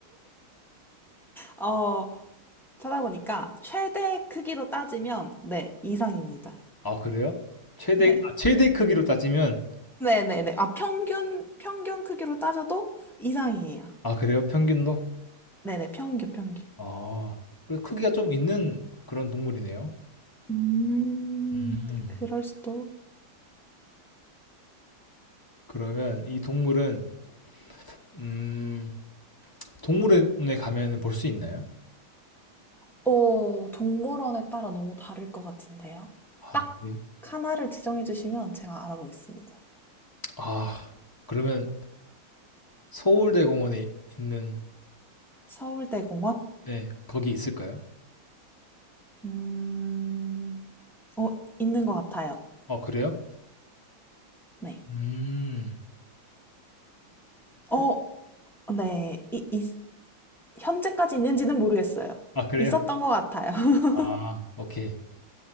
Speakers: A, in the centre; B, on the left (about 20°).
A: 어, 찾아보니까 최대 크기로 따지면 네, 이상입니다.
B: 아, 그래요? 최대
A: 네.
B: 아, 최대 크기로 따지면
A: 네네네. 아, 평균, 평균 크기로 따져도 이상이에요.
B: 아, 그래요? 평균도?
A: 네네, 평균, 평균.
B: 아, 그래도 크기가 좀 있는 그런 동물이네요.
A: 음,
B: 음.
A: 그럴 수도.
B: 그러면 이 동물은 음, 동물원에 가면은 볼 수 있나요?
A: 어, 동물원에 따라 너무 다를 것 같은데요.
B: 아,
A: 딱
B: 그래.
A: 하나를 지정해 주시면 제가 알아보겠습니다.
B: 아, 그러면 서울대공원에 있는
A: 서울대공원?
B: 네 거기 있을까요?
A: 음, 어, 있는 것 같아요.
B: 아 그래요?
A: 네.
B: 음,
A: 어,
B: 혹,
A: 네. 이, 이- 현재까지 있는지는 모르겠어요.
B: 아 그래요?
A: 있었던 것 같아요. <laughs>
B: 아 오케이.